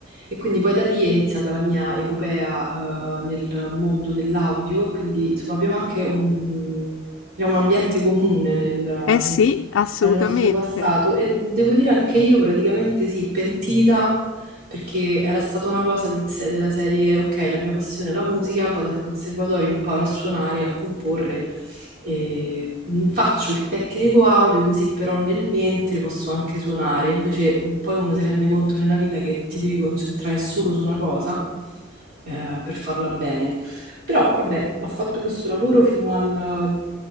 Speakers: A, on the right; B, on the left.
A: E quindi poi da lì è iniziata la mia epopea, eh, nel mondo dell'audio, quindi insomma abbiamo anche un diciamo, un ambiente comune nel,
B: Eh sì,
A: nel-
B: assolutamente.
A: nel nostro passato e devo dire anche io praticamente sì, pentita perché era stata una cosa del se- della serie, ok, la mia passione è la musica, vado al conservatorio, imparo a suonare, a comporre, e mm, faccio il tecnico audio così però nel mentre posso anche suonare, invece poi uno si rende conto nella vita che ti devi concentrare solo su una cosa eh, per farla bene. Però, vabbè, ho fatto questo lavoro fino al,